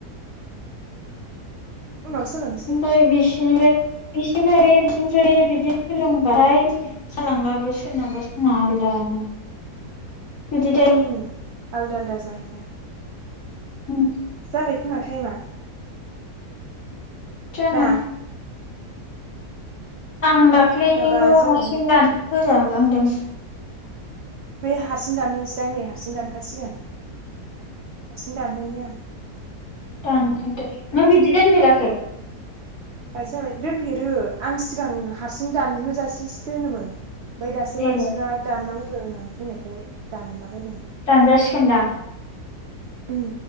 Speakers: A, on the right (about 65°); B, on the left (about 55°).
A: उनाव सोलोंसै
B: ओमफाय बिसिनिफाय बिसिनिफ्राय बे बिसिनिफ्राय बे बिदि सोलोंबाय जालांलाबो सोरनाबा सोरना आलदानो बिदि दे
A: उम आलदा आलदा जाहैयोना।
B: उम
A: जाबाय खोमा टाइमा।
B: जानो।
A: ना
B: आं दाख्लैनिखौ
A: माबा जाबायमोन
B: हारसिं दान फोजाबलांदों।
A: है हारसिं दानहोनोसैदांं नै हारसिं दानखासिगोन। हारसिनो दान होनिया
B: दानहरदो नों बिदि दोन फेराखै?
A: बा जाबाय दोनफेरो आं सिगां हारसिं दानहोजासेसो दोनोमोन। ओमफाय दासो
B: ए
A: मानसिफ्रा दाननांगौ नो होननानै बुंनायखाय दानलाबायदों।
B: दानजा सिगोन‌ दां।
A: उम।